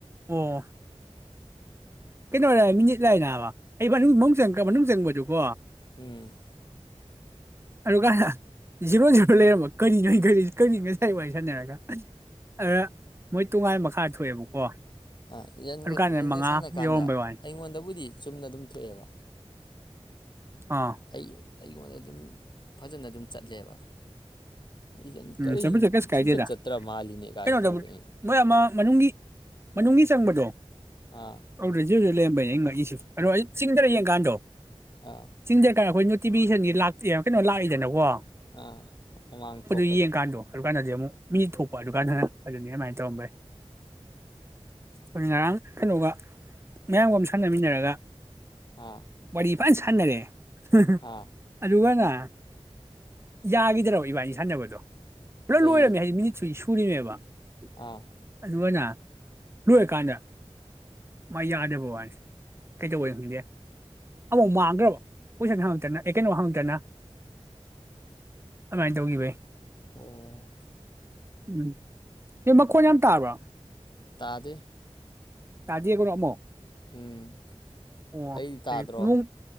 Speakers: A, on the right; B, on the left.
A: ꯑꯣ ꯀꯩꯅꯣ ꯃꯤꯅꯤꯠ ꯂꯥꯛꯑꯦ ꯅꯕ ꯑꯩ ꯃꯅꯨꯡ ꯃꯅꯨꯡ ꯃꯅꯨꯡ ꯆꯪꯕꯗꯀꯣ
B: ꯎꯝ
A: ꯑꯗꯨꯒ ꯖꯤꯔꯣ ꯖꯤꯔꯣ ꯂꯩꯔꯝꯕ ꯀꯔꯤꯅꯣ ꯑꯩ ꯈꯜꯂꯤꯖꯦ ꯀꯔꯤ ꯉꯁꯥꯏ ꯋꯥꯔꯤ ꯁꯥꯟꯅꯔꯒ ꯑꯗꯨꯗ ꯃꯣꯏ ꯇꯣꯉꯥꯟ ꯃꯈꯥ ꯊꯣꯛꯑꯦꯕꯀꯣ
B: ꯑ ꯌꯦꯟꯒ
A: ꯑꯗꯨꯀꯥꯟꯗ
B: ꯌꯦꯟꯒ
A: ꯃꯉꯥ
B: ꯁꯥꯟꯅ ꯀꯥꯟꯗ
A: ꯌꯧꯔꯝꯕꯩ ꯋꯥꯅꯤ
B: ꯑꯩꯉꯣꯟꯗꯕꯨꯗꯤ ꯆꯨꯝꯅ ꯑꯗꯨꯝ ꯊꯣꯛꯑꯦꯕ
A: ꯑꯥ
B: ꯑꯩ ꯑꯩꯉꯣꯟꯗ ꯑꯗꯨꯝ ꯐꯖꯅ ꯑꯗꯨꯝ ꯆꯠꯂꯦꯕ ꯏꯔꯟ
A: ꯎꯝ
B: ꯀꯔꯤ
A: ꯆꯄꯖꯨ ꯀꯩꯁꯨ ꯀꯥꯏꯗꯦꯗ
B: ꯁꯨꯡꯆꯠ ꯆꯠꯇ꯭ꯔ ꯃꯥꯜꯂꯤꯅꯦ ꯀꯥꯏ
A: ꯀꯩꯅꯣ
B: ꯇꯧꯔꯦ
A: ꯇꯧꯕ ꯃꯣꯏ ꯑꯃ ꯃꯅꯨꯡꯒꯤ ꯃꯅꯨꯡꯒꯤ ꯆꯪꯕꯗꯣ
B: ꯑꯥ
A: ꯑꯗꯨꯗꯣ <unintelligible> ꯂꯩꯔꯝꯕꯩꯅꯦ ꯑꯩ ꯉꯛꯏꯁꯦ ꯀꯩꯅꯣ ꯑꯩ ꯆꯤꯡꯙꯔ ꯌꯦꯡꯀꯥꯟꯗꯣ
B: ꯑꯥ
A: ꯆꯤꯡꯙꯔ ꯀꯥꯟ ꯑꯈꯣꯏ ꯅꯣꯏ ꯇꯤꯚꯤꯁꯟꯁꯤ ꯂꯥꯛꯇꯦ ꯀꯩꯅꯣ ꯂꯥꯛꯏꯗꯅꯀꯣ
B: ꯑ ꯃꯃꯥꯡꯊꯣꯛ
A: ꯌꯦꯡ ꯀꯥꯟꯗꯣ ꯑꯗꯨ ꯀꯥꯟꯗꯗꯤ ꯑꯃꯨꯛ ꯃꯤ ꯊꯣꯛꯄ ꯑꯗꯨꯀꯥꯟꯗꯅ ꯑꯗꯨꯅꯤ ꯑꯗꯨꯃꯥꯏꯅ
B: ꯎꯝ
A: ꯇꯧꯔꯝꯕꯩ ꯑꯗꯨ ꯉꯔꯥꯡ ꯀꯩꯅꯣꯒ ꯃꯌꯥꯝꯕ ꯑꯃ ꯁꯥꯟꯅꯃꯤꯟꯅꯔꯒ
B: ꯑꯥ
A: ꯋꯥꯔꯤ ꯐꯖ ꯁꯥꯟꯅꯔꯦ ꯍꯨꯝ ꯍꯨꯝ
B: ꯑꯥ
A: ꯑꯗꯨꯒꯅꯦ ꯌꯥꯒꯤꯗ꯭ꯔꯕ ꯏꯕꯅꯤ ꯁꯥꯟꯅꯕꯗꯨꯅ ꯗꯣ ꯄꯨꯂꯞ
B: ꯀꯩ
A: ꯂꯣꯏꯔꯝꯃꯤ ꯍꯥꯏꯗꯤ ꯃꯤꯅꯤꯠ ꯁꯨ ꯁꯨꯔꯤꯅꯦꯕ <inaudible>
B: ꯑꯥ
A: ꯑꯗꯨꯅ ꯂꯣꯏꯔꯀꯥꯟꯗ ꯃꯥ ꯌꯥꯗꯕ ꯋꯥꯅꯤꯁꯦ ꯀꯩꯗꯧꯕꯅꯣ ꯈꯪꯗꯦ ꯑꯃꯨꯛ ꯃꯥꯡꯈ꯭ꯔꯕ ꯀꯣꯏꯁꯟ ꯍꯪꯉꯛꯇꯅ ꯑꯦ ꯀꯩꯅꯣ ꯍꯪꯉꯛꯇꯅ ꯑꯗꯨꯃꯥꯏꯅ ꯇꯧꯈꯤꯕꯩ
B: ꯑꯣ
A: ꯎꯝ ꯑꯦ ꯃꯈꯣꯟ ꯌꯥꯝ ꯇꯥꯕ꯭ꯔꯣ
B: ꯇꯥꯗꯦ
A: ꯇꯥꯗꯦꯕꯀꯣ ꯑꯝꯕꯨꯛ
B: ꯎꯝ
A: ꯑꯣ
B: ꯑꯩꯗꯤ ꯇꯥꯗ꯭ꯔꯣ
A: ꯍ ꯅꯨꯡ